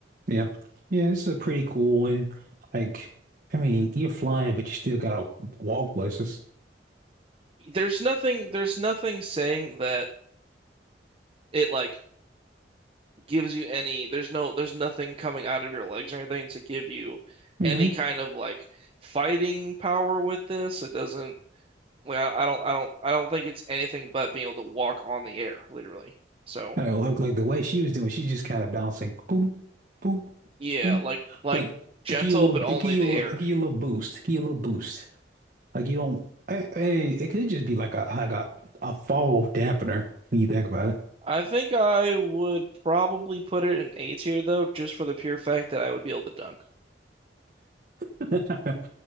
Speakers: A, on the right (about 50°); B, on the right (about 30°).
A: yeah, yeah. This is a pretty cool one. Like, I mean, you're flying, but you still gotta walk places.
B: There's nothing there's nothing saying that it like gives you any there's no there's nothing coming out of your legs or anything to give you
A: hmm
B: any kind of like fighting power with this. It doesn't like I, I don't I don't I don't think it's anything but being able to walk on the air, literally. So
A: I look like the way she was doing, she's just kind of bouncing, boom, boom,
B: yeah,
A: boom.
B: like like
A: Like
B: gentle
A: it give you a little,
B: but only
A: it give you
B: the
A: a little,
B: air.
A: it give you a little boost, it give you a little boost. Like you don't, eh, eh, it could just be like a like a, a fall dampener when you think about it.
B: I think I would probably put it in A tier though, just for the pure fact that I would be able to dunk.
A: <laughs>